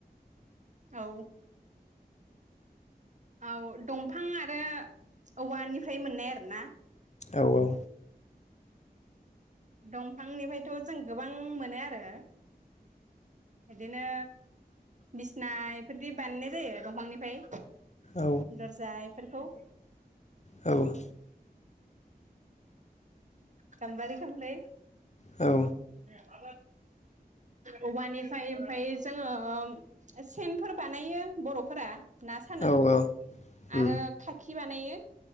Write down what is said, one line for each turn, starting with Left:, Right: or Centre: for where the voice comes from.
Right: औ औ दंफां आरो औवानिफ्राय मोननाय आरोना
Left: औ औ
Right: दंफांनिफायथ' जों गोबां मोनो आरो बिदिनो बिसना इफोरदि बानायनाय जायो दंफांनिफ्राय
Left: औ
Right: दरजा फोरखौ
Left: औ
Right: गामबारि खाम्फाय
Left: औ
Right: <inaudible> औवानिफ्राय ओमफाय जोङो सेनफोर बानायो बर'फोरा ना सानो
Left: औ औ उम
Right: आरो खाखि बानायो